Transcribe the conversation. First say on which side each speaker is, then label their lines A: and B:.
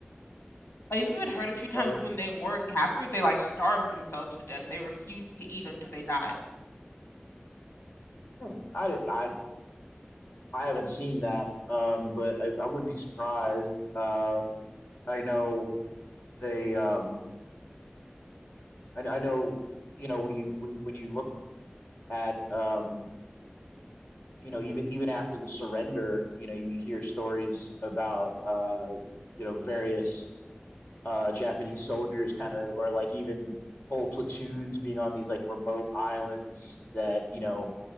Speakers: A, on the left (about 75°); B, on the left (about 50°).
A: I've even heard a few times
B: go ahead.
A: when they were captured, they like starved themselves to death. They refused to eat until they died.
B: Hmm, I did, I I haven't seen that, um, but I, I wouldn't be surprised. Uh, I know they, um, and I know you know when you when when you look at um, you know even even after the surrender, you know you hear stories about uh, you know various uh, Japanese soldiers kind of, or like even whole platoons being on these like remote islands that you know